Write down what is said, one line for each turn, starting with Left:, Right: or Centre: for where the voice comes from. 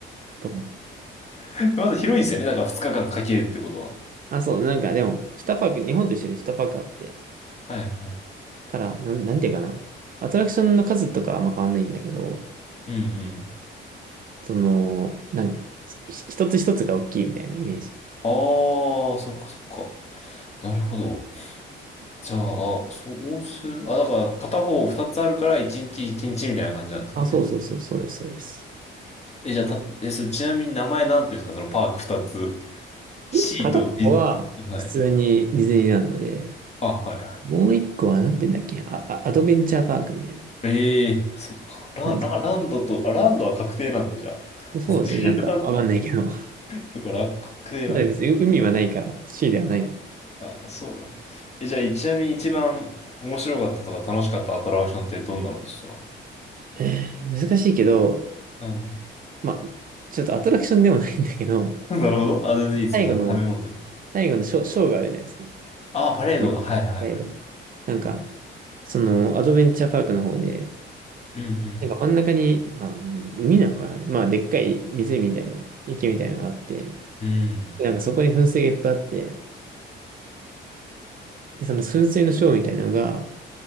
Right: と思う。
Left: <laughs> まず広いんですよね、だから2日間かんかけるってことは。
Right: あ、そう、なんかでも、2パーク、日本と一緒で2パークあって、
Left: はいはい。
Right: から、なん、なんていうかな。アトラクションの数とかはあんま変わんないんだけど、
Left: うんうん。
Right: その、なんか、ひ一つ一つが大きいみたいなイメージ。
Left: ああ、そっかそっか。なるほど。じゃあ、そうする。あ、だから片方2つあるから1日1日みたいな感じなんですかね。
Right: あ、そうそうそう、そうです、そうです。
Left: え、じゃあ、た、え、それちなみに名前なんていうんですか、そのパーク2つ。シーとディズ、
Right: 一個片っぽは、
Left: はい。
Right: 普通にディズニーランドで、
Left: あ、はいはい。
Right: もう一個はなんて言うんだっけ、あ、あアドベンチャーパークみたいな
Left: ええそっか。ラン、
Right: 感じ。
Left: ラランドと、あ、ランドは確定なんだ、じゃあ。
Right: そうですね、
Left: 別に
Right: なんかわかんないけど。
Left: <laughs> ランド。
Right: ま
Left: そっか、ラ、確定なんだ。
Right: だから別に海はないから、シーではないのか。
Left: あ、そうだ。え、じゃあ、ちなみに一番面白かったとか楽しかったアトラクションってどんなのでした
Right: えー難しいけど、
Left: うん。
Right: まあ、ちょっとアトラクションでもないんだけど、
Left: <laughs> なるほど。あ、全然いいですよ。
Right: 最後の、
Left: 食べ物でも。
Right: 最後のショー、ショーがあるじゃないですか。
Left: あ、パレードが。
Right: ね
Left: はいはいは
Right: はいでもなんか、そのアドベンチャーパークの方で、
Left: い。うん
Right: なんか真ん中に、まあ、海なのかなまあ、でっかい湖みたいな、池みたいなのがあって、
Left: うん。うん。
Right: でなんかそこに噴水がいっぱいあって、でその噴水のショーみたいなのが、